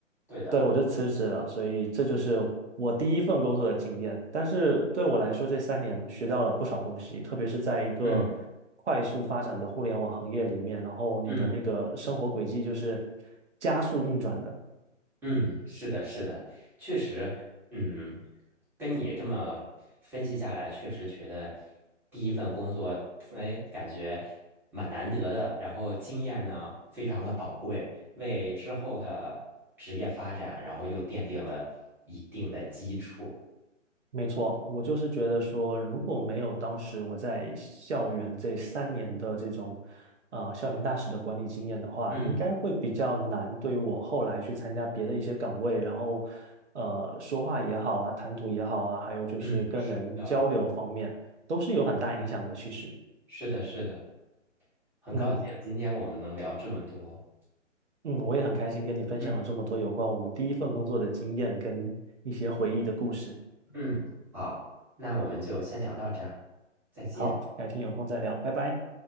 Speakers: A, in the centre; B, on the right.
A: 对的。
B: 对，我就辞职了，所以这就是我第一份工作的经验。但是对我来说，这三年学到了不少东西，特别是在一个快速发展的互联网行业里面，
A: 嗯
B: 然后你的那个生活轨迹就是
A: 嗯
B: 加速运转的。
A: 嗯，是的，是的，确实，嗯，跟你这么分析下来，确实觉得第一份工作，哎，感觉蛮难得的，然后经验呢非常的宝贵，为之后的职业发展，然后又奠定了一定的基础。
B: 没错，我就是觉得说，如果没有当时我在校园这三年的这种，呃，校园大使的管理经验的话，
A: 嗯
B: 应该会比较难对于我后来去参加别的一些岗位，然后，呃，说话也好啊，谈吐也好啊，还有就是跟人交流方面，
A: 嗯，是的，
B: 都是有很大影响的。其实，
A: 是的，是的，很高兴今天我们能聊这么多。
B: 嗯嗯，我也很开心跟你分享了这么多有关我们第一份工作的经验跟一些回忆的故事。
A: 嗯嗯，好，那我们就先聊到这儿，再见。
B: 好，改天有空再聊，拜拜。